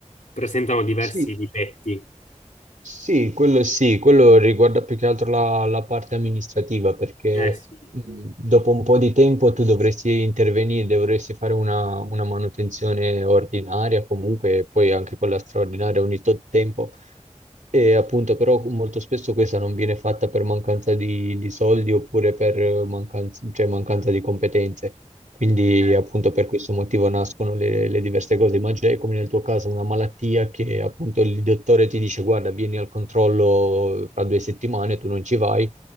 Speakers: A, on the left; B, on the right.
A: presentano diversi
B: Sì,
A: difetti.
B: Sì, quello sì, quello riguarda più che altro la, la parte amministrativa, perché
A: Eh sì,
B: mh, dopo un po' di tempo tu dovresti intervenire, dovresti fare una, una manutenzione ordinaria comunque, e poi anche quella straordinaria ogni tot tempo. E appunto, però molto spesso questa non viene fatta per mancanza di, di soldi oppure per mancanza, cioè mancanza di competenze. Quindi
A: eh,
B: appunto per questo motivo nascono le, le diverse cose, ma già è come nel tuo caso una malattia che appunto il dottore ti dice guarda, vieni al controllo fra due settimane, tu non ci vai,